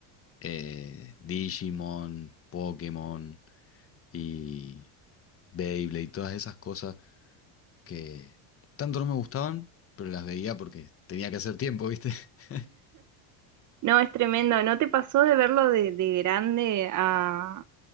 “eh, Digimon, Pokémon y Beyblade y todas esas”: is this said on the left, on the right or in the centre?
Left